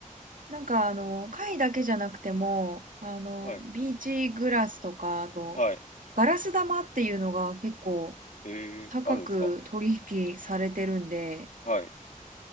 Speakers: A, on the right; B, on the left.
A: なんかあの、貝だけじゃなくても、あの、
B: はい。
A: ビーチグラスとか、あと、
B: はい。
A: ガラス玉っていうのが結構
B: えー、
A: 高く取引されてるんで、
B: あるんですかはい。